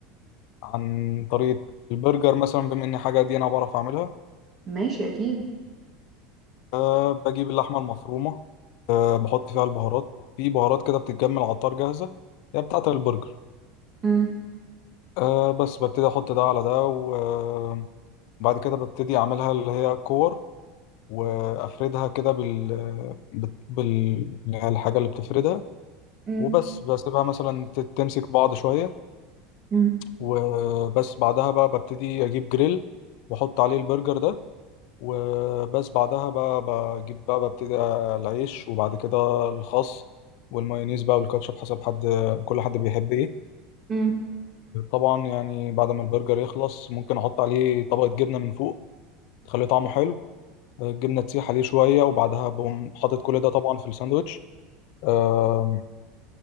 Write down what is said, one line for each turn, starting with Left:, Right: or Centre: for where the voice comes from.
Left: عن طريقه البرجر مثلا بما ان حاجه دي انا بعرف اعملها
Right: ماشي أكيد
Left: أه بجيب اللحمه المفرومه أه بحط فيها البهارات في بهارات كده بتتجمع على العطار جاهزه هي بتاعه البرجر
Right: مم.
Left: أه بس ببتدي احط ده على ده وبعد كده ببتدي اعملها اللي هي كور وافردها كده بال بال بال- اللي هي الحاجه اللي بتفردها
Right: مم.
Left: وبس بسيبها مثلا ت- تمسك بعض شويه
Right: مم.
Left: وبس بعدها بقى ببتدي اجيب جريل واحط عليه البرجر ده وبس بعدها بقى بجيب بقى ببتدي العيش وبعد كده الخس والمايونيز بقى والكاتشب حسب حد كل حد بيحب ايه
Right: مم.
Left: طبعا يعني بعد ما البرجر يخلص ممكن احط عليه طبقة جبنة من فوق تخليه طعمه حلو آه، الجبنة تسيح عليه شوية وبعدها بقوم حاطط كل ده طبعا في الساندوتش آم،